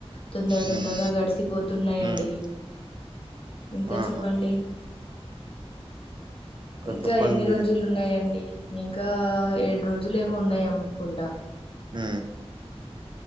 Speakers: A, on the left; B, on the right.
A: తొందర తొందరగా
B: మ్మ్
A: గడిసిపోతున్నాయండి
B: మ్మ్
A: ఇంకా
B: ఆహా
A: చెప్పండి ఇంకా
B: చెప్పండి
A: ఎన్ని
B: మీరే
A: రోజులు ఉన్నాయండి ఇంకా ఇంకా ఏడు రోజులు ఏమో ఉన్నాయ నకుండ
B: హ